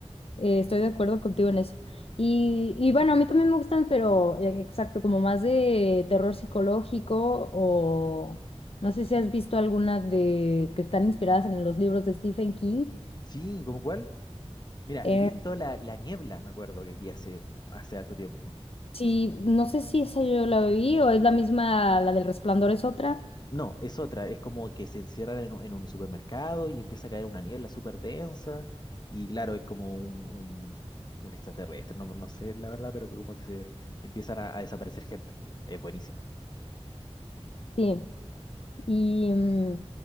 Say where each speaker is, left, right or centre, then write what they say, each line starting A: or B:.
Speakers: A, on the left; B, on the left.
A: Eh, estoy de acuerdo contigo en eso. Y, y bueno, a mí también me gustan, pero eh, exacto, como más de terror psicológico o no sé si has visto alguna de que están inspiradas en los libros de Stephen King.
B: Sí, ¿como cuál? Mira,
A: Eh,
B: he visto La, La Niebla, me acuerdo que vi hace, hace harto tiempo.
A: sí, no sé si esa yo la vi o es la misma, la del Resplandor es otra.
B: No, es otra, es como que se encierran en, un en un supermercado y empieza a caer una niebla súper densa y claro, es como un, un, un extraterrestre, no, no sé la verdad, pero como que se empiezan a, a desaparecer gente. Es buenísima.
A: Sí. Y, mm,